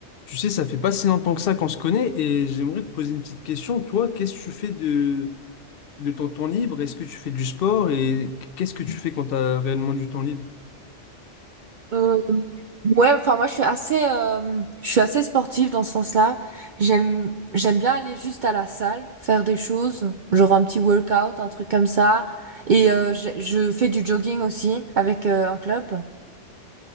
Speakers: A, on the left (about 55°); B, on the right (about 55°).
A: Tu sais, ça fait pas si longtemps que ça qu'on se connaît et j'aimerais te poser une petite question. Toi, qu'est-ce que tu fais de, de ton temps libre? Est-ce que tu fais du sport et qu'est-ce que tu fais quand tu as réellement du temps libre?
B: Euh, ouais, enfin moi je suis assez, euh, je suis assez sportive dans ce sens-là. J'aime, j'aime bien aller juste à la salle, faire des choses, genre un petit workout, un truc comme ça. Et euh, je, je fais du jogging aussi avec euh, un club.